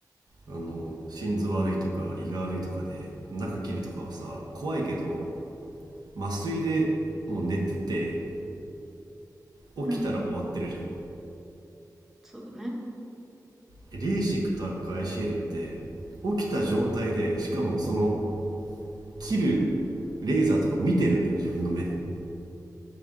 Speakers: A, on the right (about 75°); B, in the centre.
A: あの、心臓悪いとか胃が悪いとかで中切るとかはさ、怖いけど、麻酔でもう寝てて
B: うん。
A: 起きたら終わってるじゃん。
B: うん。そうだね。
A: レーシックとか ICL って起きた状態でしかもその切るレーザーとか見てるんだよ自分の目で